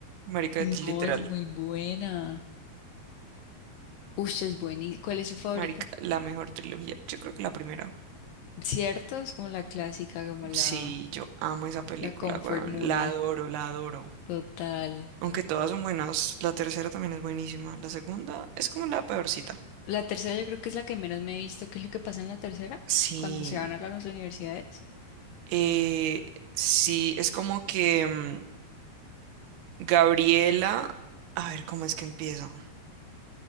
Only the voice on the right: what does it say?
Marica,
es literal.
Marica, la mejor trilogía. Yo creo que la primera.
Sí, yo amo esa película,
weón.
La adoro, la adoro.
Aunque todas son buenas, la tercera también es buenísima. La segunda es como la peorcita.
Sí.
Eh, sí, es como que mm, Gabriela. A ver, ¿cómo es que empieza?